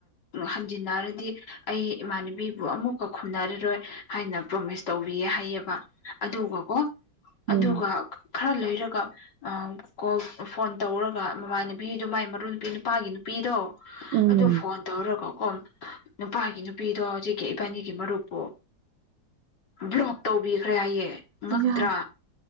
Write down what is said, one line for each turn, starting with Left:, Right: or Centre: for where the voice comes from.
Left: ꯍꯟꯖꯤꯟꯅꯔꯗꯤ ꯑꯩ ꯏꯃꯥꯟꯅꯕꯤꯕꯨ ꯑꯃꯨꯛꯀ ꯈꯨꯝꯅꯔꯔꯣꯏ ꯍꯥꯏꯅ ꯄ꯭ꯔꯣꯃꯤꯁ ꯇꯧꯕꯤꯌꯦ ꯍꯥꯏꯌꯦꯕ ꯑꯗꯨꯒꯀꯣ
Right: ꯎꯝ
Left: ꯑꯗꯨꯒ ꯈꯔ ꯂꯩꯔꯒ ꯑ ꯀꯣꯜ ꯐꯣꯟ ꯇꯧꯔꯒ ꯃꯃꯥ ꯅꯨꯄꯤꯗꯣ ꯃꯥꯏ ꯃꯔꯨ ꯅꯨꯄꯤ ꯅꯨꯄꯥꯒꯤ ꯅꯨꯄꯤꯗꯣ
Right: ꯎꯝ
Left: ꯑꯗꯨ ꯐꯣꯟ ꯇꯧꯔꯒꯣ ꯀ ꯅꯨꯄꯥꯒꯤ ꯅꯨꯄꯤꯗꯣ ꯍꯧꯖꯤꯛꯀꯤ ꯏꯕꯥꯅꯤꯒꯤ ꯃꯔꯨꯞꯄꯨ ꯕ꯭ꯂꯣꯛ ꯇꯧꯕꯤꯈ꯭ꯔꯦ ꯍꯥꯏꯌꯦꯦ ꯉꯛꯇ꯭ꯔꯥ
Right: ꯌꯥꯝ